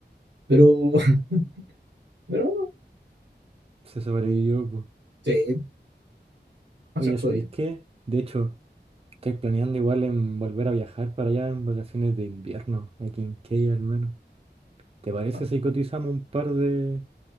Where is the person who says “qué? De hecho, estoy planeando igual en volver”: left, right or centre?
Right